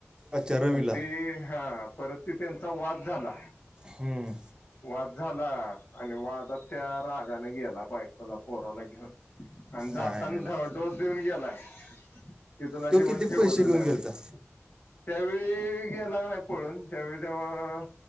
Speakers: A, on the right; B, on the left.
A: अच्छा रवीला
B: पण ते, हा परत ते त्यांचा वाद झाला.
A: हम्म,
B: वाद झाला आणि वादात त्या रागने गेला बायकोला पोराला घेऊन. आणि जाताना
A: आईला
B: डोस देऊन गेलाय कि तुला
A: तो
B: जीवन
A: किती
B: ठेवतच
A: पैसे घेऊन
B: नाय व
A: गेलता
B: त्यावेळी गेला नाय का पडून त्यावेळी तेव्हा